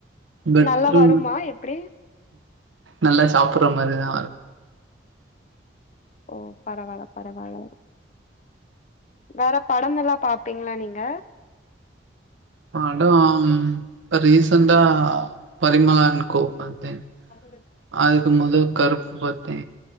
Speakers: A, on the right; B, on the left.
A: பெட்டர்ன்
B: நல்லா வருமா எப்டி
A: நல்ல சாப்புற்ற மாறி தா
B: ஓ பரவால பரவால வேற படம் எல்லா பாப்பீங்களா நீங்க
A: படம் இப்ப ரீசண்டா பரிமலா அன் கோ பாத்த
B: பதினெட்டு
A: அதுக்கு மொத கருப்பு பாத்தே